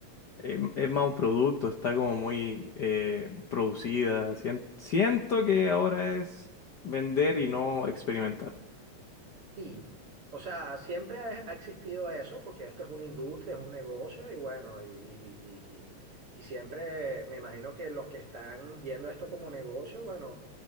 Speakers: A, on the left; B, on the right.
A: eh, es más un producto, está como muy eh, producida. Sien- siento que ahora es vender y no experimentar.
B: Sí, O sea, siempre ha ha existido eso, porque esto es una industria, es un negocio y bueno, y, y- y- y- y- y siempre me imagino que los que están viendo esto como negocio, bueno